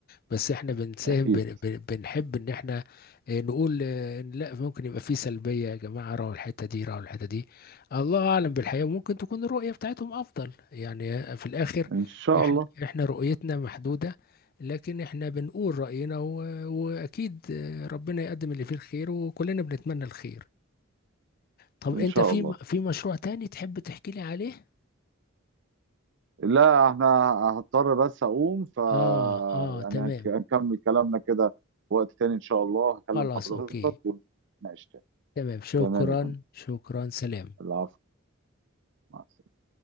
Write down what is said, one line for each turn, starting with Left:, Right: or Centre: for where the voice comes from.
Left: بس احنا بنساهم
Right: اكيد
Left: بن- بن- بنحب ان احنا اه، نقول اه، ان لا ممكن يبقى في سلبية يا جماعة راحوا الحتة دي راحوا الحتة دي الله اعلم بالحقيقة ممكن تكون الرؤية بتاعتهم افضل يعني في الاخر
Right: ان شاء
Left: احنا
Right: الله
Left: احنا رؤيتنا محدودة لكن احنا بنقول رأينا و- واكيد اه، ربنا يقدم اللي فيه الخير وكلنا بنتمنى الخير طب
Right: ان
Left: انت
Right: شاء
Left: في
Right: الله
Left: في مشروع تاني تحب تحكي لي عليه
Right: لا احنا هضطر بس اقوم ف
Left: آه آه
Right: يعني
Left: تمام
Right: هنك- هنكمل كلامنا كده في وقت تاني ان شاء الله هكلم
Left: خلاص
Right: حضرتك
Left: أوكي
Right: ونناقش تاني
Left: تمام شكرا
Right: تمام يا فندم
Left: شكرا سلام
Right: العفو مع السلامة